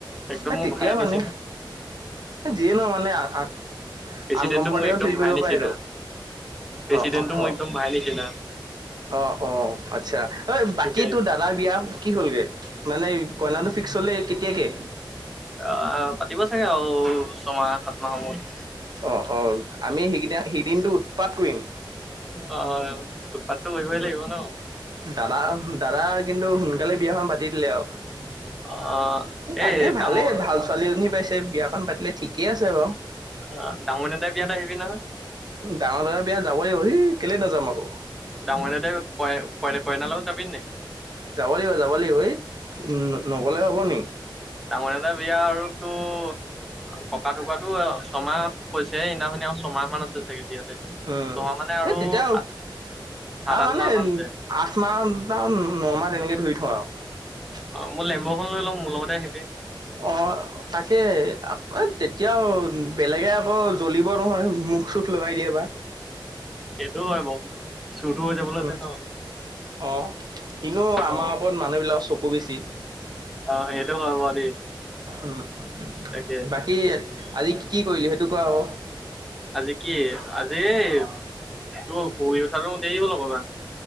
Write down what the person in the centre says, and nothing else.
একদম
মোৰ
ভাইে আনিছিল
না
প্ৰেচিডেণ্টটো
মোৰ একদম
ভাই
নিচিনা
প্ৰেচিডেণ্টটো
মোৰ
একদম ভাই নিচিনা
তাকে
আহ পাতিব চাগে আৰু ছমাহ সাত মাহৰ সমূৰত
আহ উৎপাতটো কৰিবই
লাগিব ন
অ
এই ডাঙৰ
অ ডাঙৰ দউতাই বিয়া এটা আহিবি নহয়
দাঙনে দে প পই কই ন লব যাবি নাই
ডাঙৰ দা বিয়া আৰু তটো ককা ঢুকাতটো ছয়মাহ হৈছে সদিনাখন আৰু ছমাহ মান আছে চাগে বিয়ালে
ছমাহ মানে আৰু
সাত সাত
আঠ
মাহ মান আছে
অ মোৰ লেম্বৰখন লৈ লম মোৰ লগতে আহিবি
এইটোও হয় ব চুৰটো হৈ যাবলৈ
আছে ন
অ
অ সেইটো হয় বাৰু দেই
তাকে
আজি কি আজি এই তোৰ শু় উঠা দেৰি হ'ল অকমান